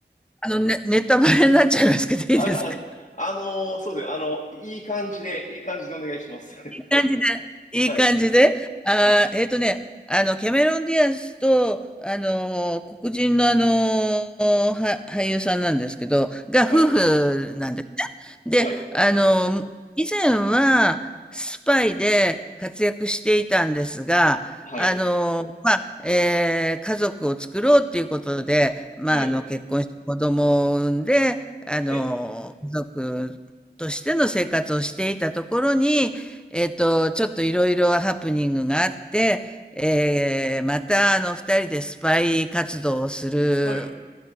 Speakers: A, in the centre; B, on the left (about 45°).
A: あの、ね、ネタバレになっちゃいますけどいいですか
B: ああ、のーそうですね。あの、いい感じで、いい感じでお願いします。<laughs>
A: い感じで、いい感じで、
B: はい。
A: あーえっとね、
B: はい。
A: あの、キャメロン・ディアスと、あの、黒人のあの、は、俳優さんなんですけど、が夫婦なんです
B: はい。
A: ね。
B: はい、
A: で、あの、以前はスパイで活躍していたんですが、
B: はい、
A: あの、まあ、えー家族を作ろうっていうことで、まあ、
B: はい、
A: あの、結婚して子供を産んで、あの、
B: はい。
A: 家族としての生活をしていたところに、えっと、ちょっといろいろハプニングがあって、えー、またあの二人でスパイ活動をする
B: はい。